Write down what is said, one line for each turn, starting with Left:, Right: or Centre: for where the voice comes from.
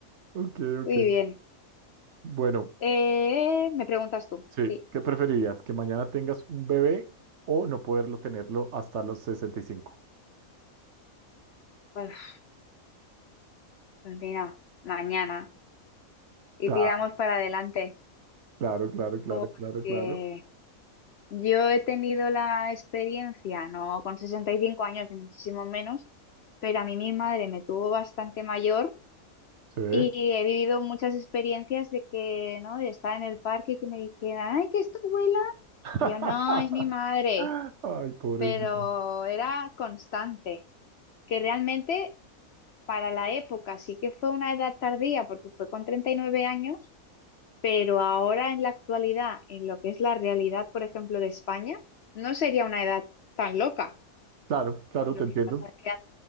Right: Ok, ok.
Left: Muy bien.
Right: Bueno,
Left: Eh, ¿me preguntas tú?
Right: sí,
Left: Sí.
Right: ¿qué preferirías? ¿Que mañana tengas un bebé o no poderlo tenerlo hasta los 65?
Left: Uf, pues mira, mañana. y
Right: Claro,
Left: tiramos para adelante,
Right: claro, claro, claro,
Left: porque
Right: claro, claro.
Left: yo he tenido la experiencia, no con 65 años ni muchísimo menos, pero a mí mi madre me tuvo bastante mayor
Right: ¿Se ve?
Left: y he vivido muchas experiencias de que, ¿no? De estar en el parque y que me dijeran, ay, que es tu abuela.
Right: <laughs>
Left: Y yo, no, es mi madre,
Right: Ay, pobrecito.
Left: pero era constante, que realmente para la época sí que fue una edad tardía, porque fue con treinta y nueve años Pero ahora en la actualidad, en lo que es la realidad, por ejemplo, de España, no sería una edad tan loca.
Right: Claro, claro,
Left: Lo
Right: te entiendo.
Left: que pasa es que